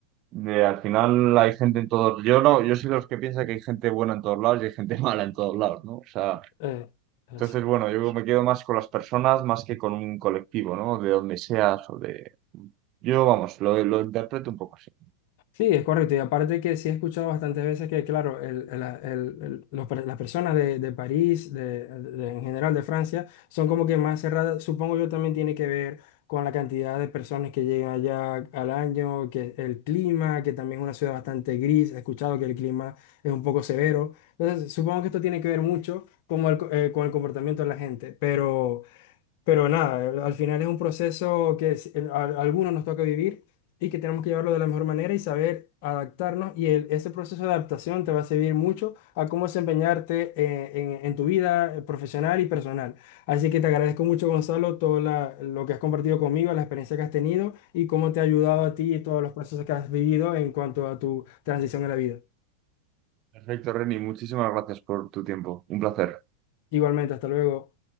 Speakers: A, on the right; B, on the left.
A: de al final hay gente en todos, yo no, yo soy de los que piensa que hay gente buena en todos lados y hay gente <laughs> mala en todos lados, ¿no? O sea,
B: eh, así.
A: entonces bueno, yo me quedo más con las personas más que con un colectivo, ¿no? De donde seas o de yo, vamos, lo, lo interpreto un poco así.
B: Sí, es correcto. Y aparte que sí he escuchado bastantes veces que, claro, el- el- el- el- los per- las personas de, de París, de, de- en general de Francia, son como que más cerradas. Supongo yo también tiene que ver con la cantidad de personas que llegan allá al año, que el clima, que también es una ciudad bastante gris. He escuchado que el clima es un poco severo. Entonces, supongo que esto tiene que ver mucho como el co- eh, con el comportamiento de la gente. Pero... Pero nada, al final es un proceso que es- el- a, a algunos nos toca vivir y que tenemos que llevarlo de la mejor manera y saber adaptarnos. Y el- ese proceso de adaptación te va a servir mucho a cómo desempeñarte eh, en, en tu vida eh, profesional y personal. Así que te agradezco mucho, Gonzalo, todo la- lo que has compartido conmigo, la experiencia que has tenido y cómo te ha ayudado a ti y todos los procesos que has vivido en cuanto a tu transición en la vida.
A: Perfecto, Reni, muchísimas gracias por tu tiempo. Un placer.
B: Igualmente, hasta luego.